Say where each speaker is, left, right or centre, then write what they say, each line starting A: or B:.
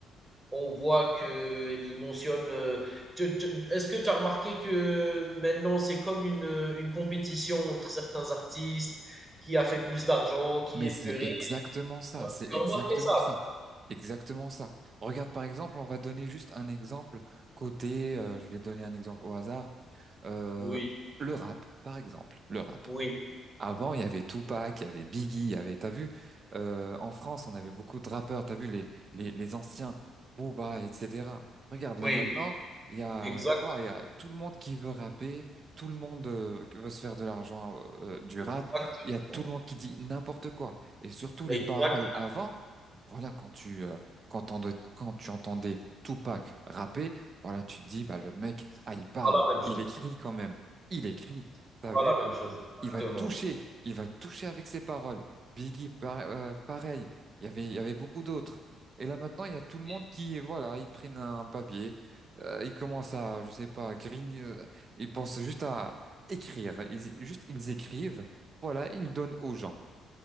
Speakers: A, on the right (about 20°); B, on the right (about 45°).
A: on voit que qu'ils mentionnent, heu, tu tu est-ce que tu as remarqué que maintenant, c'est comme une, une compétition entre certains artistes, qui a fait plus d'argent, qui
B: Mais
A: est
B: c'est
A: plus riche?
B: exactement ça,
A: tu
B: c'est exactement
A: as remarqué ça?
B: ça, exactement ça. Regarde par exemple, on va donner juste un exemple côté, euh, je vais donner un exemple au hasard, euh,
A: Oui.
B: le rap par exemple, le rap.
A: Oui,
B: Avant, il y avait Tupac, il y avait Biggie, il y avait, t'as vu, euh, en France, on avait beaucoup de rappeurs, t'as vu les les les anciens Booba, etc. Regarde
A: oui,
B: là maintenant,
A: oui,
B: il y a
A: exact,
B: quoi? Il y a tout le monde qui veut rapper, tout le monde euh, qui veut se faire de l'argent euh, du
A: exactement.
B: rap. Il y a tout le monde qui dit n'importe quoi. Et surtout
A: Exact,
B: les paroles avant, voilà quand tu euh, quand t'entendais- quand tu entendais Tupac rapper, voilà tu te dis bah le mec,
A: c'est
B: ah il parle,
A: pas la même chose,
B: il écrit quand même, il écrit.
A: c'est
B: T'as
A: pas
B: vu?
A: la même chose,
B: il va
A: exactement.
B: toucher, il va toucher avec ses paroles. Biggie, par- euh, pareil, il y avait, il y avait beaucoup d'autres. Et là maintenant, il y a tout le
A: Oui,
B: monde qui, voilà, ils prennent un papier, euh, ils commencent à, je sais pas, grigner, euh, ils pensent juste à écrire, ils, juste ils écrivent, voilà, ils donnent aux gens.